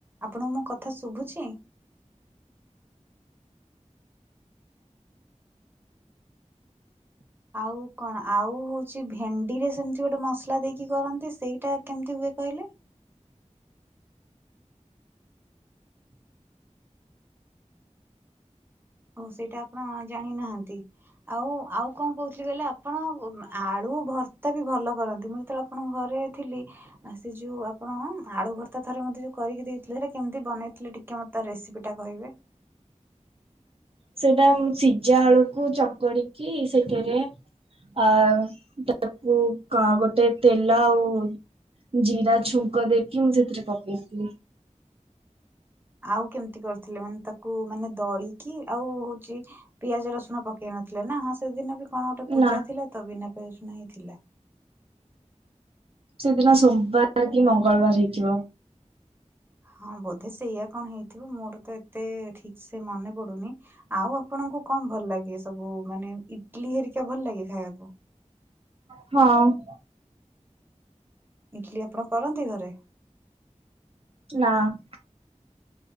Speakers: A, on the right; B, on the right.
A: ଆପଣଙ୍କୁ ମୋ କଥା ଶୁଭୁଛି, ଆଉ କଣ ଆଉ ହଉଛି ଭେଣ୍ଡି ରେ ସେମିତି ଗୋଟେ ମସଲା ଦେଇକି କରନ୍ତି ସେଇଟା କେମିତି ହୁଏ କହିଲେ। ହ ସେଇଟା ଆପଣ ଜାଣିନାହାନ୍ତି ଆଉ ଆଉ କଣ କହୁଥିଲି କହିଲେ ଆପଣ ଆଳୁ ଭର୍ତ୍ତା ବି ଭଲ କରନ୍ତି ମୁଁ ଯେତେବେଳେ ଆପଣଙ୍କ ଘରେ ଥିଲି ସେ ଯୋଉ ଆପଣ ଆଳୁ ଭର୍ତ୍ତା ଥରେ ମତେ ଯୋଉ କରିକି ଦେଇଥିଲେ ସେଇଟା କେମିତି ବନେଇଥିଲେ ଟିକେ ମତେ ତ ରେସିପି ଟା କହିବେ।
B: ସେଟା ସିଝା ବଳକୁ ଚକଡି କି ସେଠରେ ଆ ତାକୁ ଗୋଟେ ତେଲ ଆଉ ଜିରା ଛୁଙ୍କ ଦେଇକି ମୁଁ ସେଥିରେ ପକେଇଥିଲି।
A: ଆଉ କେମିତି କରିଥିଲେ ମାନେ ତାକୁ ମାନେ ଦଳିକି ଆଉ ହଉଛି ପିଆଜ ରସୁଣ ପକେଇ ନଥିଲେ ନା ହଁ ସେଦିନ ବି କଣ ଗୋଟେ ପୂଜା
B: ନା
A: ତ ବି ପ୍ରନ ହେଇଥିଲା
B: ସେଦିନ ସୋମବାର କି ମଙ୍ଗଳବାର ହେଇଥିବ।
A: ହଁ ବୋଧେ ସେଇୟଆ କଣ ହେଇଛି, ିବ ମୋର ତ ଏତେ ଠିକ ସେ ମନେ ପଡୁନି ଆଉ ଆପଣଙ୍କୁ କଣ ଭଲ ଲାଗେ ସବୁ ମାନେ ଇଟଲି ହେରିକା ଭଲ ଲାଗେ ଖାଇବାକୁ।
B: ହଁ <inaudible>
A: ଇଡଲିି ଆପଣ କରନ୍ତି ଘରେ
B: ନା <inaudible>